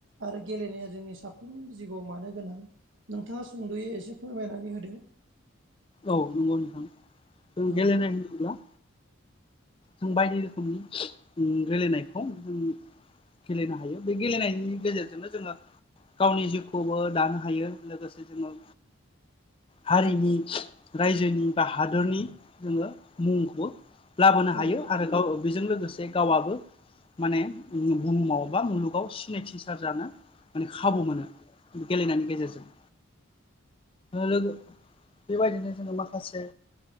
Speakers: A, on the right; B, on the left.
A: आरो गेलेनाया जोंनि साफ्रोमबो जिउआव मानो गोनां नोंथाङा सुंद'यै एसे फोरमायनानै होदो।
B: औ नंगौ नोंथां। जों
A: औ
B: गेलेनाय होनोब्ला जों बायदि रोखोमनि गेलेनायखौ उम गेलेनो हायो। बे गेलेनायनि गेजेरजोंनो जोङो गावनि जिउखौबो दानो हायो। लोगोसे जोङो हारिनि रायजोनि बा हादरनि जोङो मुंखौबो लाबोनो
A: औ
B: हायो आरो गाव बेजों लोगोसे गावआबो माने बुहुमाव बा मुलुगाव सिनायथि सार जानो माने खाबु मोनो। गेलेनायनि गेजेरजों लोगो बे बायदिनो जोङो माखासे